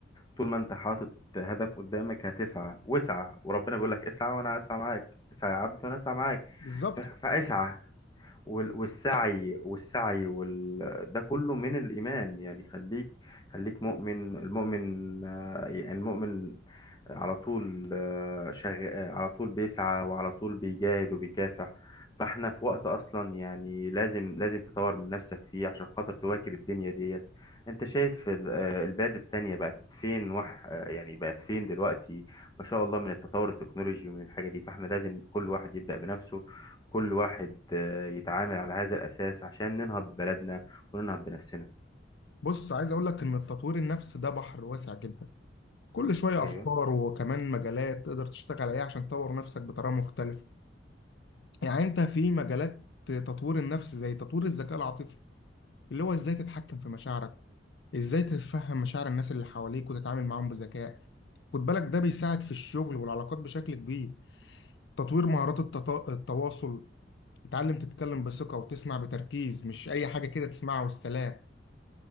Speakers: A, on the left; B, on the left.
A: طول ما انت حاطط هدف قدامك هتسعى واسعى وربنا بيقول لك اسعى وانا اسعى معاك اسعى يا عبدي وانا اسعى معاك
B: بالظبط
A: ف- فاسعى وال- والسعي والسعي وال... ده كله من الإيمان يعني خليك خليك مؤمن المؤمن آه، المؤمن على طول آه، شغ... آه، على طول بيسعى وعلى طول بيجاهد وبيكافح فاحنا في وقت اصلا يعني لازم لازم تطور من نفسك فيه عشان خاطر تواكب الدنيا ديت انت شايف ال- آه، البلاد التانية بقت فين وح آه، يعني بقت فين دلوقتي ما شاء الله من التطور التكنولوجي ومن الحاجة دي فاحنا لازم كل واحد يبدأ بنفسه كل واحد آه، يتعامل على هذا الأساس عشان ننهض ببلدنا وننهض بنفسنا
B: بص عايز أقولك إن التطوير النفسي ده بحر واسع جدا كل شوية
A: أيوه
B: أفكار وكمان مجالات تقدر تشتغل عليها عشان تطور نفسك بطريقة مختلفة يعني انت في مجالات تطوير النفس زي تطوير الذكاء العاطفي اللي هو ازاي تتحكم في مشاعرك ازاي تتفهم مشاعر الناس اللي حواليك وتتعامل معاهم بذكاء خد بالك ده بيساعد في الشغل والعلاقات بشكل كبير تطوير مهارات التطا... التواصل تتعلم تتكلم بثقة وتسمع بتركيز مش أي حاجة كده تسمعها والسلام